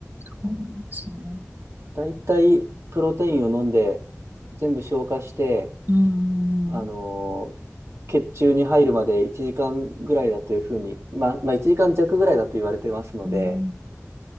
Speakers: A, on the right; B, on the right.
A: そうなんですね。
B: だいたいプロテインを飲んで、全部消化して、
A: うん。
B: あのー血中に入るまで1時間ぐらいだというふうに、まあ、まあ1時間弱ぐらいだと言われてますので、
A: うん。